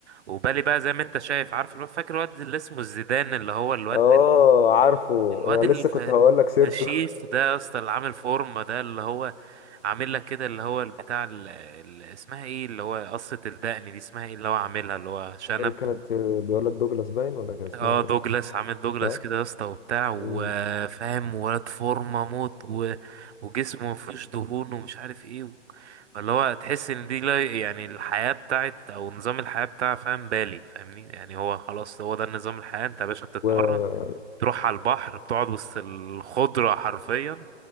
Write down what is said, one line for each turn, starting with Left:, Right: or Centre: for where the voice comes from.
Right: وبالي بقى زي ما انت شايف عارف الواد- فاكر الواد اللي اسمه الزيدان اللي هو الواد
Left: اه عارفه
Right: الواد
Left: انا
Right: الف-
Left: لسه كنت هقول لك سيرته
Right: الفشيخ ده يا اسطى اللي عامل فورمة ده اللي هو عامل لك كده اللي هو البتاع ال- ال- اسمها ايه اللي هو قصة الدقن دي اسمها ايه اللي هو عاملها اللي هو
Left: <laughs>
Right: شنب
Left: إيه كانت بيقول لك دوجلاس باين ولا كان اسمها
Right: اه
Left: ايه
Right: دوجلاس عامل دوجلاس
Left: صح
Right: كده يا اسطى وبتاع وفاهم
Left: مم.
Right: ولد فورمه موت و... وجسمه مفيهوش دهون ومش عارف ايه اللي هو تحس ان دي لا يعني الحياة بتاعت او نظام الحياة بتاع فاهم بالي فاهمني يعني هو خلاص هو ده نظام الحياة انت يا باشا بتتمرن
Left: و
Right: تروح على البحر بتقعد وسط الخضرة حرفيا